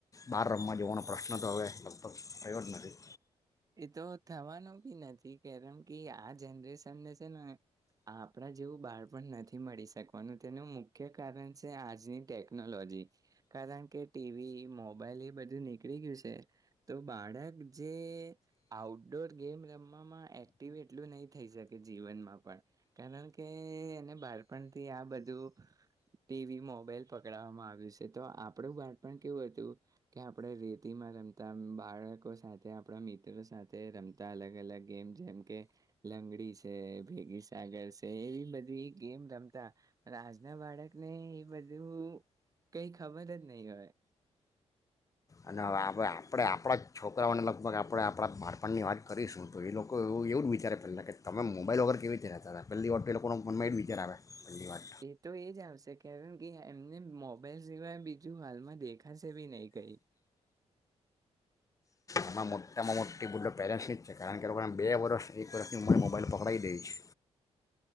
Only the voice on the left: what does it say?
બહાર રમવા જવાનો પ્રશ્ન તો હવે લગભગ થયો જ નથી.
અને હવે આપણે આપણા આપણા જ છોકરાઓને લગભગ આપણે આપણા બાળપણની વાત કરીશું તો એ લોકો એવું એવું જ વિચારે પેલાં કે તમે મોબાઈલ વગર કેવી રીતે રેતાતા. પહેલી વાત તો એ લોકોના મનમાં એ જ વિચાર આવે. પહેલી વાત
આમાં મોટામાં મોટી ભૂલો પેરેન્ટ્સની જ છે. કારણ કે એ લોકોને બે વર્ષ એક વર્ષની ઉંમરે મોબાઈલ પકડાઈ દે છે.